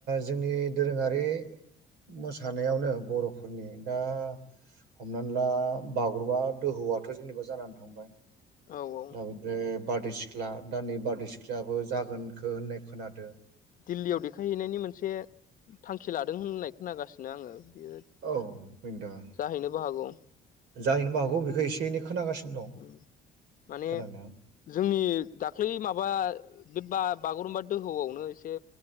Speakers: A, on the right (about 85°); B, on the left (about 55°).
A: जोंनि दोरोंङारि मोसानायावनो बरफोरनि दा हमनानै ला बागुरुमबा दोहौआथ जेनेबा जानानै थांबाय
B: औ औ
A: ओदफ्राय <unintelligible> बारदै सिख्ला दानि बारदै सिख्लाबो जागोनखौ होननाय खोनादों
B: दिल्लीयाव देखायहैनायनि मोनसे थांखि लादों होननाय खोनागासिनो आङो बेयो
A: औ। <unintelligible>
B: जाहैनोबो हागौ।
A: जाहैनोबो हागौ बेखौ एनै खोनागासिनो दं
B: ओम माने
A: खोनानाया
B: जोंनि दाख्लै माबा बे बा-बागुरुम्बा दोहौआवनो एसे